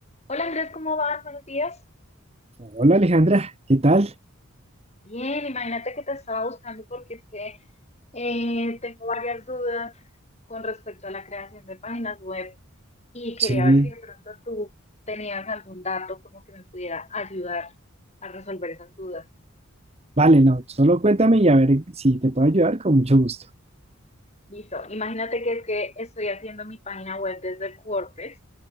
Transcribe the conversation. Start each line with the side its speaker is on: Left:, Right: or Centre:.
Left: Hola Andrés, ¿cómo vas? Buenos días.
Right: Hola Alejandra, ¿qué tal?
Left: Bien, imagínate que te estaba buscando porque es que eh, tengo varias dudas con respecto a la creación de páginas web y quería
Right: Sí,
Left: ver si de pronto tú tenías algún dato como que me pudiera ayudar a resolver esas dudas.
Right: vale, no, solo cuéntame y a ver si te puedo ayudar con mucho gusto.
Left: Listo, imagínate que es que estoy haciendo mi página web desde el WordPress